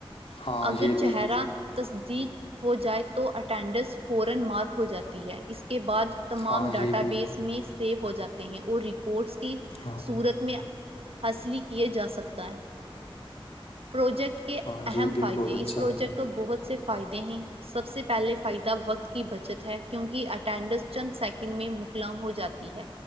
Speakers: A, on the left; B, on the right.
A: ہاں
B: اگر
A: یہ بھی
B: چہرہ تصدیق ہو جائے تو اٹینڈنس فورن مارک ہو جاتی ہے اس کے بعد تمام
A: ہاں
B: ڈاٹا
A: یہ بھی
B: بیس میں سیو ہو ج جاتے ہیں اور رپورٹس کے کہ
A: ہاں
B: سورت میں حاصلی کیے جا سکتا ہے پروجیکٹ کے
A: ہاں
B: اہم
A: یہ بھی
B: فائدے
A: بہت اچھا
B: اس پروجیکٹ کو بہت سے فائدے ہیں سب سے پہلے فائدہ وقت کی بچت ہے کیونکہ اٹینڈنس چند سیکنڈ میں مکلام ہو جاتی ہے